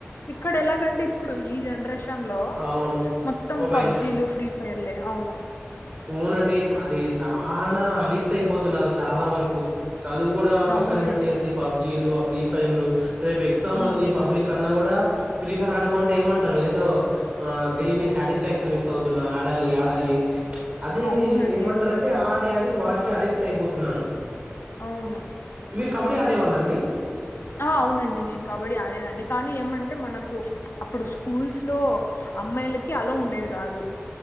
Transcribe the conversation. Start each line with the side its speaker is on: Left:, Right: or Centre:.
Left: ఇక్కడ ఎలాగంటే ఇప్పుడు ఈ జనరేషన్ లో
Right: అవును.
Left: మొత్తం
Right: మొబైల్స్.
Left: పబ్జీలు ఫ్రీ ఫైర్లే అవును
Right: ఊనండి అది చ చనా అడిక్ట్ అయిపోతున్నారు చాలా వరకు చదువు కూడా పక్కన
Left: అవునండి
Right: పెట్టేసి పాప్ జీలు ఆ ఫ్రీ ఫైర్లు రేపు ఎగ్జామ్
Left: ఉమ్
Right: ఉంది పబ్లిక్ అన్నా కూడా ఫ్రీ ఫైర్ ఆడుకుంటే ఏమంటారు ఏదో ఆ తెలియని సాటిస్ఫాక్షన్ మిస్ అవుతున్నా ఆడాలి ఆడాలి అదేండి
Left: అవునండి
Right: ఏమంటారంటే
Left: అస్సలు
Right: ఆడి ఆడి వాటికి అడిక్ట్ అయిపోతున్నారు
Left: అవును
Right: మీరు కబడ్డీ ఆడేవాళ్ళండి
Left: ఆ అవునండి నేను కబడ్డీ ఆడేదాన్ని కానీ ఏమంటే మనక్ అప్పుడు స్కూల్స్ లో అమ్మాయిల కి అల్లో ఉండేది కాదు